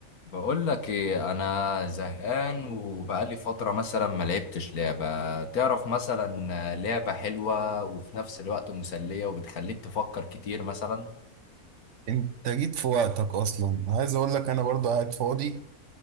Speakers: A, on the left; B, on the right.
A: بقول لك ايه انا زهقان وبقالي فتره مثلا ما لعبتش لعبه تعرف مثلا لعبه حلوه وفي نفس الوقت مسليه وبتخليك تفكر كتير مثلا
B: انت جيت في وقتك اصلا عايز اقول لك انا برضو قاعد فاضي